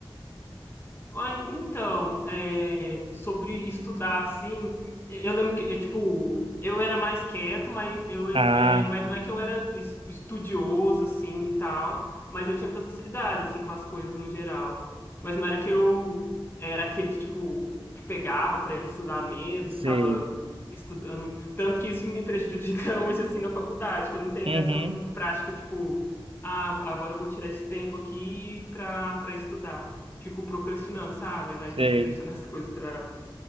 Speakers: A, on the left; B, on the right.
A: Ai, Então, é, sobre estudar assim, eu lembro que, é, tipo, eu era mais quieto, mas, eu,
B: Ah,
A: é, mas não é que eu era es- estudioso, assim, e tal, mas eu tinha facilidade, assim, com as coisas no geral. Mas não era que eu era aquele que, tipo, que pegava para estudar mesmo,
B: sei.
A: ficava estudando. Tanto que isso me prejudica <laughs> hoje, assim, na faculdade, que eu não tenho
B: Uhum,
A: essa muito prática, tipo, ah, agora eu vou tirar esse tempo aqui para para estudar fico procrastinando, sabe? Vai,
B: sei.
A: fico deixando as coisas para